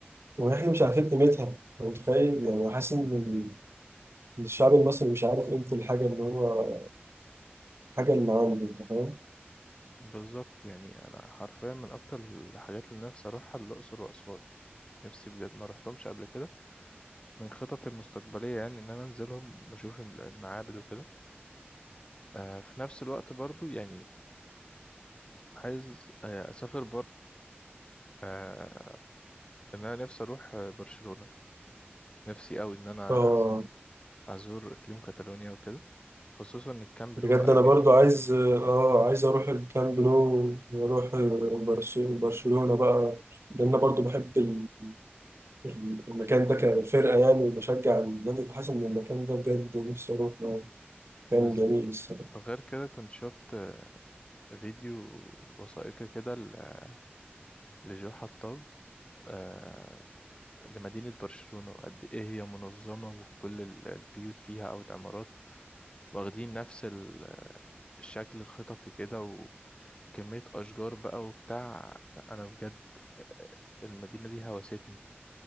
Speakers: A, on the right; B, on the left.
A: واحنا مش عارفين قيمتها أنت متخيل يعني حاسس ان إن الشعب المصري مش عارف قيمه الحاجه اللي هو الحاجه اللي عنده انت فاهم
B: بالظبط يعني انا حرفيا من اكتر الحاجات اللي نفسي اروحها الاقصر واسوان نفسي بجد ما رحتهمش قبل كده من خططي المستقبليه يعني ان انا انزلهم بشوف المعابد وكده آه في نفس الوقت برضو يعني عايز آه اسافر بره ان انا نفسي اروح برشلونة نفسي قوي ان انا
A: اه
B: ازور اقليم كاتالونيا وكده خصوصا الكامب
A: بجد
B: نو بقى
A: انا
B: الجديد
A: برضو عايز اه عايز اروح الكامب نو واروح برش- برشلونة بقى لان انا برضو بحب ال- ال- المكان ده كفرقة يعني وبشجع النادي فحاسس ان المكان ده بجد نفسي اروح يعني كان
B: بالظبط
A: جميل الصراحة
B: غير كده كنت شفت فيديو وثائقي كده ل- لجو حطاب آه، لمدينة برشلونة وقد ايه هي منظمة وكل ال- البيوت فيها او العمارات واخدين نفس ال- الشكل الخططي كده وكمية اشجار بقى وبتاع لا انا بجد آه، المدينة دي هوستني